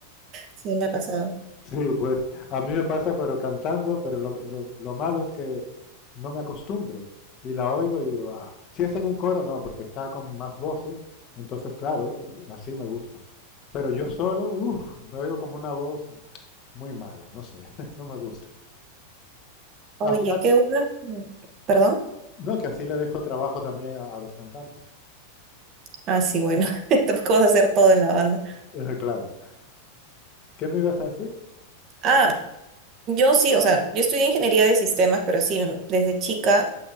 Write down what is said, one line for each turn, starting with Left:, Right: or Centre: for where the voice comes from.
Right: sí, me ha pasado.
Left: Sí, pues a mí me pasa, pero cantando, pero lo, lo- lo malo es que no me acostumbro y la oigo y digo, "Ah". si es en un coro, no, porque está con más voces, entonces claro, así me gusta. Pero yo solo, uff, me oigo como una voz muy mala, no sé, <laughs> no me gusta.
Right: Oye,
Left: Así- ah,
Right: qué bueno. ¿Perdón?
Left: no, que así le dejo trabajo también a, a los cantantes.
Right: Ah, sí, bueno, <laughs> tampoco vas a hacer todo en la banda.
Left: <laughs> Claro. ¿Qué me ibas a decir?
Right: Ah, Yo sí, o sea, yo estudié ingeniería de sistemas, pero sí, m- desde chica